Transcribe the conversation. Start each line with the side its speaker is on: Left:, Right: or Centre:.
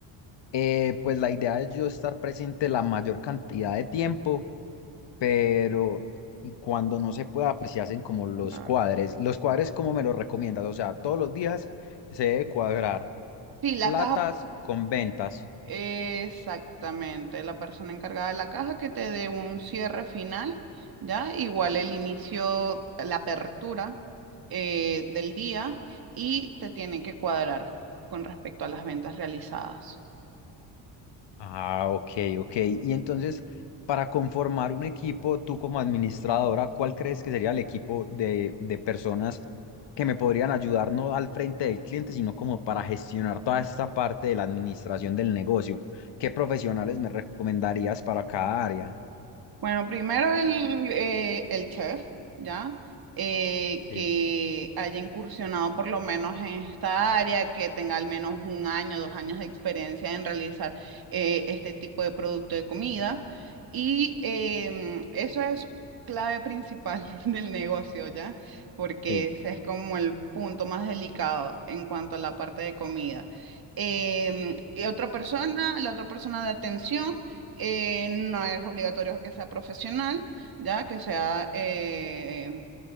Left: Eh, pues la idea es yo estar presente la mayor cantidad de tiempo, pero y cuando no se pueda, pues se hacen como los
Right: Claro.
Left: cuadres. Los cuadres, ¿cómo me los recomiendas? O sea, todos los días se debe cuadrar
Right: Sí, la
Left: platas
Right: caja,
Left: con ventas.
Right: eh, exactamente, la persona encargada de la caja que te dé un cierre final, ¿ya? Igual el inicio, la apertura eh, del día y te tienen que cuadrar con respecto a las ventas realizadas.
Left: Ah, ok, ok. Y entonces, para conformar un equipo, tú como administradora, ¿cuál crees que sería el equipo de, de personas que me podrían ayudar no al frente del cliente, sino como para gestionar toda esta parte de la administración del negocio? ¿Qué profesionales me recomendarías para cada área?
Right: Bueno, primero el, eh, el chef, ¿ya? Eh,
Left: Ok,
Right: que haya incursionado por lo menos en esta área, que tenga al menos un año, dos años de experiencia en realizar eh, este tipo de producto de comida. Y em, eso es clave principal <laughs> del negocio, ¿ya? Porque
Left: sí,
Right: ese es como el punto más delicado en cuanto a la parte de comida. Em, y otra persona, la otra persona de atención. Eh, no es obligatorio que sea profesional, ya que sea eh,